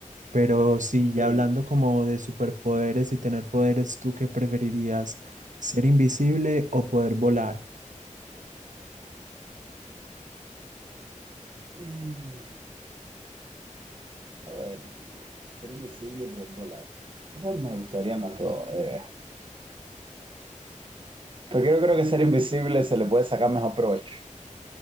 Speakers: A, on the right; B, on the right.
A: Pero sí,
B: Sí.
A: ya hablando como de superpoderes y tener poderes, ¿tú qué preferirías? ¿Ser invisible o poder volar?
B: Mm, a ver, ser invisible pero es volar. Esas me gustarían las dos. eh. Pero creo, creo que ser invisible se le puede sacar mejor provecho